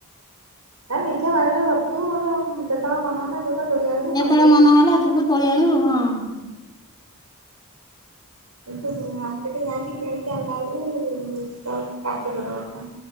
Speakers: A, on the right; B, on the left.
A: ଏ ନିଜେ ବାଡିରେ କରିଥିବୁ ଗୋଟେ, ଯେତେବେଳେ ମନ ହେଲା ଯୋଉଟା ତୋଳି ଆଣିବୁ
B: ଯେତେବେଳେ
A: କରିଦବୁ
B: ମନ ହେଲା ଯିବୁ ତୋଳି ଆଣିବୁ, ହଁ।
A: ଏଠୁ ମାର୍କେଟ ଯାଇକି କିଣିକି ଆଣିଲା ବେଳକୁ ତା କାଠିକର କଥା।